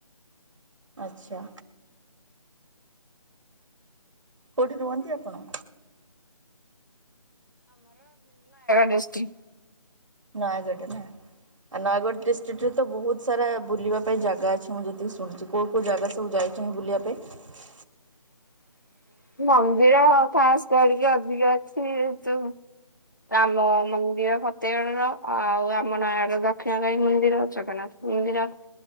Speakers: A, on the right; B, on the left.
A: ଆଚ୍ଛା। କୋଉଠି ରୁହନ୍ତି ଆପଣ?
B: ବଷ୍ଟି
A: ନୟାଗଡ଼ ନା। ଆଉ ନୟାଗଡ ଡିଷ୍ଟ୍ରିକ୍ଟ ରେ ତ ବହୁତ ସାରା ବୁଲିବା ପାଇଁ ଜାଗା ଅଛି। ମୁଁ ଯେତିକି ଶୁଣିଛି କୋଉ କୋଉ ଜାଗା ସବୁ ଯାଇ ଚନ୍ତି ବୁଲିବା ପାଇଁ।
B: ହ ମନ୍ଦିର ଖାସ କରିିକି ଅଧିକ ଅଛି ତୁ। ଆମ ମନ୍ଦିର ଫତେଗଣ ର ଆଉ ଆମ ନୟାଗରର ଦକ୍ଷିଣକାଳି ମନ୍ଦିର ଜଗନ୍ନାଥ ମନ୍ଦିର